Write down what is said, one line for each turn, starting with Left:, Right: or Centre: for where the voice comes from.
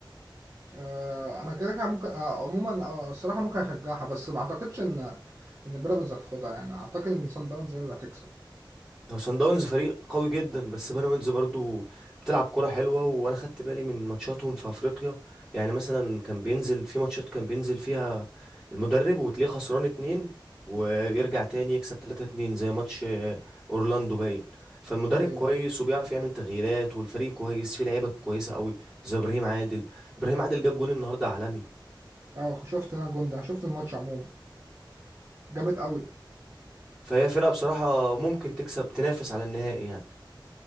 Right: آه، انا كده كده ممكن آه، عموما آه، الصراحه ممكن اشجعها بس ما اعتقدش ان ان بيراميدز هتاخدها يعني اعتقد ان سان داونز هي اللي هتكسب
Centre: هو صن داونز فريق قوي جدا بس بيراميدز برضو بتلعب كرة حلوة وانا خدت بالي من ماتشاتهم في افريقيا يعني مثلا كان بينزل في ماتشات كان بينزل فيها المدرب وتلاقيه خسران اتنين ويرجع تاني يكسب تلاتة اتنين زي ماتش آه، اورلاندو باين فالمدرب
Right: ايوه
Centre: كويس
Right: ايوه
Centre: وبيعرف يعمل تغييرات والفريق كويس فيه لعيبة كويسة قوي زي ابراهيم عادل ابراهيم عادل جاب جون النهاردة عالمي
Right: اه شفت انا الجون ده شفت الماتش عموما جامد قوي
Centre: فهي فرقة بصراحة ممكن تكسب تنافس على النهائي يعني